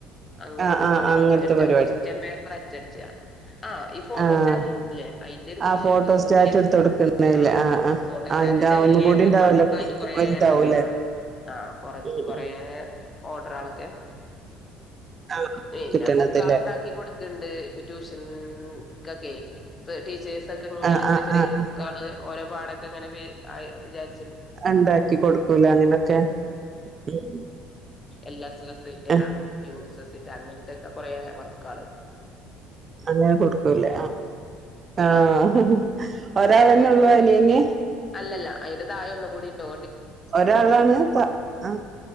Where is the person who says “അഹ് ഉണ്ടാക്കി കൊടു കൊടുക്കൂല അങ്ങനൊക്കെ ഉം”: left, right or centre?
Right